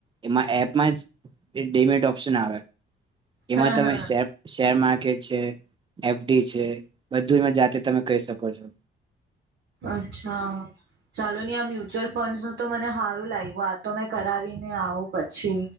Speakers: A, on the right (about 25°); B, on the right (about 65°).
A: એમાં એપમાં જ ડિમેટ ઓપ્શન આવે. એમાં
B: હા
A: તમે
B: હા
A: શે શેર માર્કેટ. છે એફડી છે બધું એમાં જાતે તમે કરી શકો છો.
B: અચ્છા ચાલો હી આ મ્યુચ્યુઅલ ફંડસનું તો મને સારું લાગ્યું આ તો મેં કરાવી ને આવું પછી.